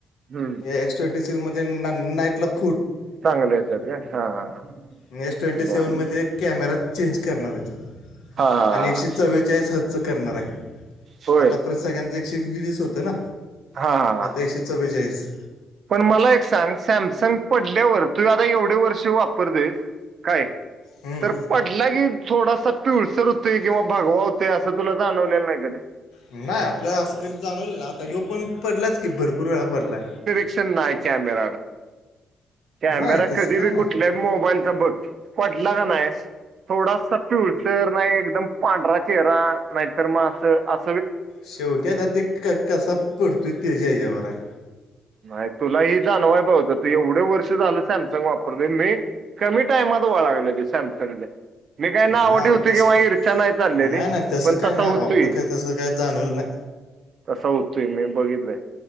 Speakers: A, on the right (about 55°); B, on the left (about 85°).
A: हं.
B: या एक्सट ए सी मध्ये नाट <unintelligible>
A: चांगली असत्यात का हा हा
B: आणि एस ट्वेंटी
A: हा
B: सेव्हनमध्ये कॅमेरा चेंज करणार आहेत.
A: हा हा
B: आणि एकशे चव्वेचाळीस हजच करणार आहे
A: होय
B: आतापर्यंत सगळ्यांच एकशे वीस होत ना
A: हा हा हा
B: आता एकशे चव्वेचाळीस
A: पण मला एक सांग सॅमसंग पडल्यावर तू आता एवढे वर्ष वापरतोयस. काय
B: हम्म.
A: तर पडला की थोडासा तूळसर होतंय किंवा भगवा होतंय असं तुला जाणवलेलं नाही कधी
B: नाही आपल्याला असं कधी जाणवलं नाही हो पण पडलाच की भरपूर वेळा पडलाय.
A: दिसत नाय कॅमेऱ्याला कॅमेरा
B: नाही तसं
A: कधी
B: काय
A: भी
B: ना
A: कुठल्या मोबाईलचा बघ पडला कनाय थोडासा पिवळसर नाही एकदम पांढरा चेहरा नाहीतर मग अस अस.
B: शेवटी आता ते कसा पडतोय त्याच्या ह्याच्यावर हाय.
A: नाही तुला ही जाणवाय पाहिजे होतं एवढं वर्ष झालं सॅमसंग वापरतोय मी कमी टाइमात ओळखलं ते सॅमसंगच. मी काय नावं
B: नाही
A: ठेवतोय
B: बा तसं
A: किंवा इर्षा नाही चाललेली
B: नाही नाही तसं
A: पण
B: काय
A: तसा
B: नाही
A: होतोय.
B: आपलं काय तसं काय जाणवलं नाही
A: तसा होतोय मी बघितलय